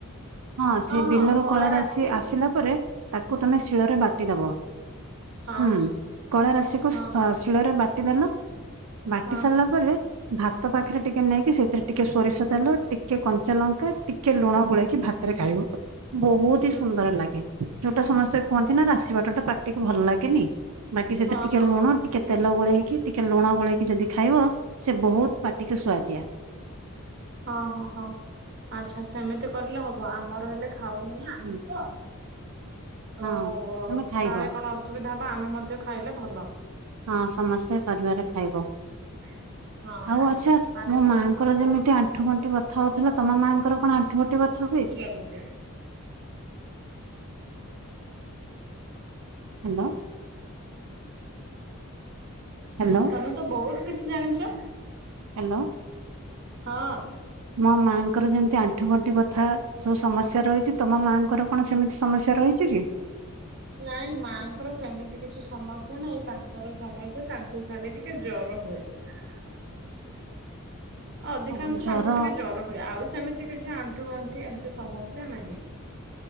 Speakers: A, on the right (about 90°); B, on the right (about 50°).
A: ହଁ ସେ ବିଲର
B: ହଁ କଳା
A: କଳାରସି
B: ରାଶି
A: ଆସିଲା ପରେ ତାକୁ ତମେ ଶିଳରେ ବାଟିଦବ।
B: ହଁ
A: ହୁଁ କଳା ରାଶିକୁ
B: ହଁ
A: ଶିଳରେ ବାଟିଦେଲ ବାଟି
B: ହଁ
A: ସାରିଲା ପରେ ଭାତ ପାଖରେ ଟିକେ ନେଇକି ସେଥିରେ ଟିକେ ସୋରିଷ ତେଲ ଟିକେ କଞ୍ଚା ଲଙ୍କା ଟିକେ ଲୁଣ ଗୋଳେଇକି ଭାତରେ ଖାଇବ ବହୁତ
B: ହୁଁ
A: ହି ସୁନ୍ଦର ଲାଗେ। ଯୋଉଟା ସମସ୍ତେ କୁହନ୍ତି ନା ରାସିବାଟଟା ପାଟିକୁୁ ଭଲ ଲାଗେନି ବାକି ସେତ
B: ହଁ
A: ଟିକେ
B: ହଁ
A: ଲୁଣ
B: ହଁ
A: ଟିକେ ତେଲ ଗୋଳେଇକି ଟିକେ ଲୁଣ ଗୋଳେଇକି ଯଦି ଖାଇବ ସେ ବହୁତ ପାଟିକି ସୁଆଦିଆ।
B: ହଁ ହଁ ହଁ ଆଚଛା ସେମିତି କରିଲେ ହବ ଆମର ହେଲେ ଖାଉନିି
A: ହୁଁ
B: ଷ ତ
A: ହଁ ତମେ ଖାଇବ
B: କାଳେ କଣ? ଅସୁବିଧା ହବା ଆମେ ମଧ୍ୟ ଖାଇଲେ ଭଲ।
A: ହଁ ସମସ୍ତେ ପରିବାରେ ଖାଇବ।
B: <inaudible> ହଁ
A: ଆଉ
B: ହଁ
A: ଆଚ୍ଛା
B: ଆରେ
A: ମୋ
B: ତମେ
A: ମାଆଙ୍କର
B: ତେ ବହୁତ
A: ଯେମିତି
B: ସୁନ୍ଦର
A: ଆଣ୍ଠୁ ଗଣ୍ଠି
B: କଥାଟେ
A: ବଥା ହଉଥିଲା
B: କହିଲ
A: ତମ ମାଆଙ୍କର
B: କଥା
A: କଣ
B: ଶୁଣିଲି।
A: ଆଣ୍ଠୁ ଗଣ୍ଠି
B: ବହୁ
A: ବଥା
B: ଖୁସି
A: ହୁଏ?
B: ଲାଗୁଛି।
A: ହ୍ୟାଲୋ। ହ୍ୟାଲୋ।
B: ତମେ ତ ବହୁତ କିଛି ଜାଣିଛ।
A: ହ୍ୟାଲୋ।
B: ହଁ।
A: ମୋ ମାଆଙ୍କର ଯେମିତି ଆଣ୍ଠୁ ଗଣ୍ଠି ବଥା ସବୁ ସମସ୍ୟା ରହିଛି ତମ ମାଙ୍କର କଣ ସେମିତି ସମସ୍ୟା ରହିଛି କି?
B: ନାଇଁ ମାଙ୍କର ସେମିତି କିଛି ସମସ୍ୟା ନାଇଁ ତାଙ୍କର ସମସ୍ୟା ତାଙ୍କୁ ଖାଲି ଟିକେ ଜର ହୁଏ। <unintelligible> ଅଧିକାଂଶ
A: ହଁ ଜର
B: ତାଙ୍କୁ ଟିକେ ଜର ହୁଏ ଆଉ ସେମିତି କିଛି ଆଣ୍ଠୁ ଆଣ୍ଠି ଏମିତି ସମସ୍ୟା ନାହିଁ।